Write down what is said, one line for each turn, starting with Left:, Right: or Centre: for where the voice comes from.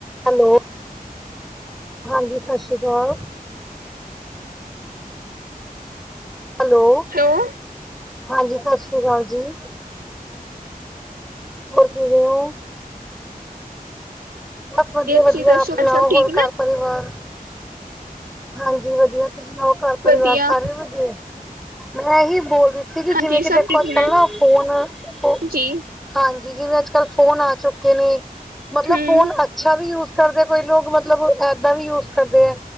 Centre: Hello, ਹਾਂਜੀ ਸਤਿ ਸ਼੍ਰੀ ਅਕਾਲ। ਹੈਲੋ,
Right: ਹੈਲੋ
Centre: ਹਾਂਜੀ ਸਤਿ ਸ਼੍ਰੀ ਅਕਾਲ ਜੀ। ਹੋਰ ਕਿਵੇਂ ਹੋ? ਬਸ ਵਧੀਆ ਵਧੀਆ
Right: ਤੁਸੀਂ ਦੱਸੋ
Centre: ਆਪ ਸੁਣਾਓ,
Right: ਘਰ ਸਭ ਠੀਕ
Centre: ਹੋਰ
Right: ਨੇ
Centre: ਘਰ ਪਰਿਵਾਰ ਹਾਂਜੀ ਵਧੀਆ ਤੁਸੀਂ ਸੁਣਾਓ ਘਰ ਪਰਿਵਾਰ
Right: ਵਧੀਆ
Centre: ਸਾਰੇ ਵਧੀਆ ਏ। ਮੈਂ ਏ ਹੀ ਬੋਲ ਰਹੀ ਸੀਗੀ
Right: ਹਾਂਜੀ
Centre: ਜਿਵੇਂ ਕਿ
Right: ਸਭ
Centre: ਦੇਖੋ
Right: ਠੀਕ
Centre: ਅੱਜ ਕੱਲ
Right: ਨੇ
Centre: ਨਾ ਫੋਨ ਫੋ
Right: ਜੀ
Centre: ਹਾਂਜੀ ਜਿਵੇਂ ਅੱਜ ਕੱਲ੍ਹ ਫੋਨ ਆ ਚੁੱਕੇ ਨੇ, ਮਤਲਬ
Right: ਹਮ
Centre: ਫੋਨ ਅੱਛਾ ਵੀ ਯੂਜ ਕਰਦੇ ਪਏ ਲੋਕ ਮਤਲਬ ਏਦਾਂ ਵੀ ਯੂਜ ਕਰਦੇ ਏ।